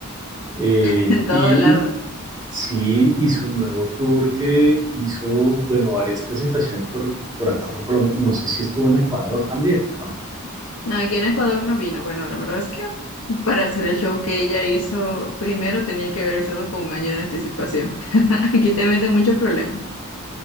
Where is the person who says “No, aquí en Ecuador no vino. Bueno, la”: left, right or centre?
Left